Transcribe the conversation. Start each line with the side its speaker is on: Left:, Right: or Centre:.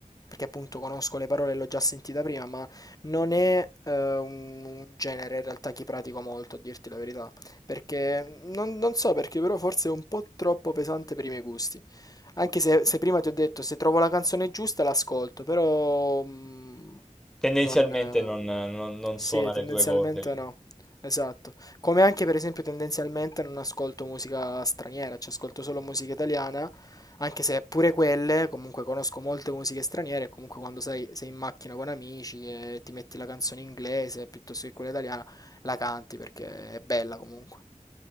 Left: perché appunto conosco le parole e l'ho già sentita prima, ma non è, uhm, un un genere in realtà che pratico molto, a dirti la verità, perché non non so perché, però forse è un po' troppo pesante per i miei gusti. Anche se, se prima ti ho detto, se trovo la canzone giusta l'ascolto, però mm,
Centre: Tendenzialmente
Left: non... eh,
Centre: non, non- non
Left: Sì,
Centre: suona
Left: tendenzialmente
Centre: le tue corde.
Left: no. Esatto. Come anche per esempio tendenzialmente non ascolto musica straniera, cioè ascolto solo musica italiana, anche se pure quelle, comunque conosco molte musiche straniere, comunque quando sai, sei in macchina con amici e ti metti la canzone inglese piuttosto che quella italiana, la canti perché è bella comunque.